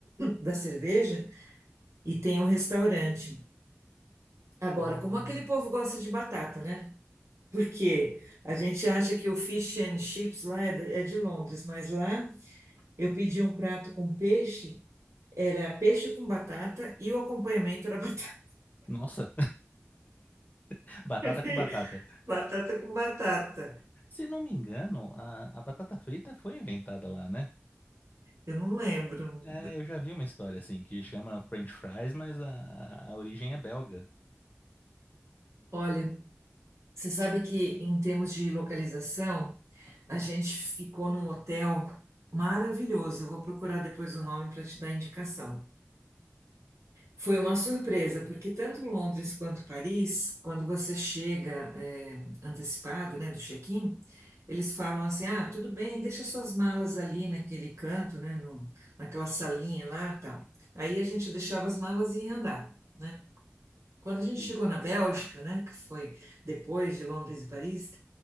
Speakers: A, on the right; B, on the left.
A: da cerveja, e tem um restaurante. Agora,
B: Hum.
A: como aquele povo gosta de batata, né? Porque a gente acha que o fish and chips lá é de é de Londres, mas lá eu pedi um prato com peixe. Era peixe com batata e o acompanhamento era batata.
B: Nossa, <laughs> batata
A: <laughs>
B: com batata.
A: Batata com batata.
B: Se não me engano, a, a batata frita foi inventada lá, né?
A: Eu não lembro.
B: É, eu já vi uma história assim que chama French fries, mas a, a origem é belga.
A: Olha, você sabe que em termos de localização, a gente ficou num hotel maravilhoso. Eu vou procurar depois o nome para te dar indicação. Foi uma surpresa, porque tanto Londres quanto Paris, quando você chega eh, antecipado, né, do check-in, eles falam assim: ah, tudo bem, deixa suas malas ali naquele canto, né, no- naquela salinha lá, tal. Aí a gente deixava as malas e ia andar, né? Quando a gente
B: Sim.
A: chegou na Bélgica, né, que foi depois de Londres e Paris,